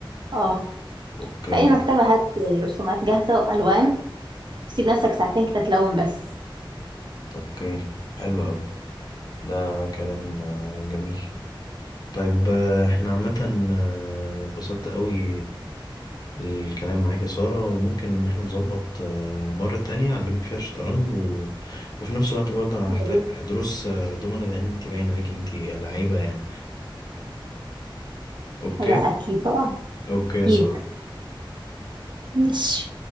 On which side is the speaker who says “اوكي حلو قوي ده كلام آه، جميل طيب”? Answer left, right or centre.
Left